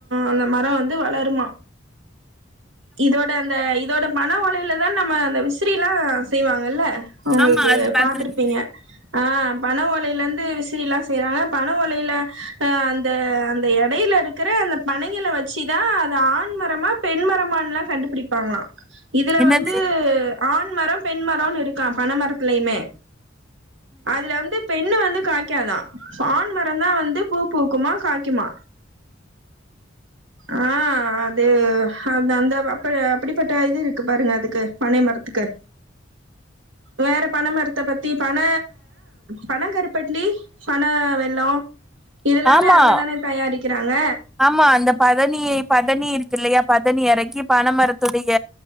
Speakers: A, on the right (about 75°); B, in the centre.
A: அந்த மர வந்து வளருமா இதோட அந்த இதோட பண ஒலையிலதா நம்ம அந்த விசிறிலா செய்வாங்கல்ல உங்களுக்கு
B: ஆமா அது பாத்திருக்கே
A: பாத்துருப்பீங்க ஆ பண ஓலையில இருந்து விசிறிலா செய்றாங்க பண ஓலைல ஆ அந்த அந்த எடைல இருக்குற அந்த பனைங்கள வெச்சுதா அது ஆண்மரமா பெண் மரமான்லா கண்டுபிடிப்பாங்களா இதுல
B: என்னது
A: வந்து ஆண் மர பெண் மரோனு இருக்கா பன மரத்துலையுமே அதுல வந்து பெண்ணு வந்து காய்காதா ஆண் மரோ தா வந்து பூ பூக்குமா காய்க்குமா ஆ அது அந்த அந்த அப்ப அப்டிப்பட்ட இது இருக் கு பாருங்க அதுக்கு பனை மரத்துக்கு வேற பண மரத்த பத்தி பண பண கருப்பட்லி பன வெள்ளொ இதெல்லாமே
B: ஆமா
A: அதுல தானே தயாரிக்கிறாங்க
B: ஆமா அந்த பதனியை பதனி இருக்கு இல்லையா பதனி எறக்கி பனைமரத்துடைய